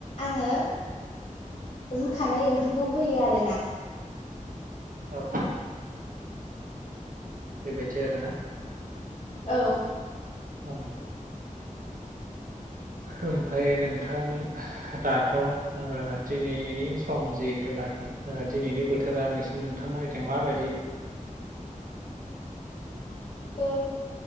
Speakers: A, on the left; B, on the right.
A: आङो रुखानाय ओंख्रिखौ होयो आरोना।
B: औ बेबायदि आरोना?
A: औ
B: औ ओमफ्राय नोंथां दाथ' ओ दिनैनि सम जिहेथुनाखि दिनैनि बोथोरा नोंसि नोंथांमोननिथिं माबायदि?
A: ओ